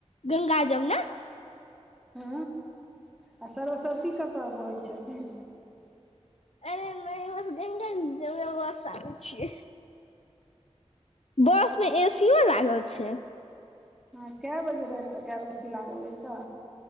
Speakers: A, on the left; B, in the centre.
A: गंगा जमुना
B: हँ आ सरस्वती कतय बहै छथिन
A: अरे नहि बस गंगा जमुना बस स आबै छियै बस में एसियो लागल छै
B: ह के बजे रात तक आबच छी लागल अय त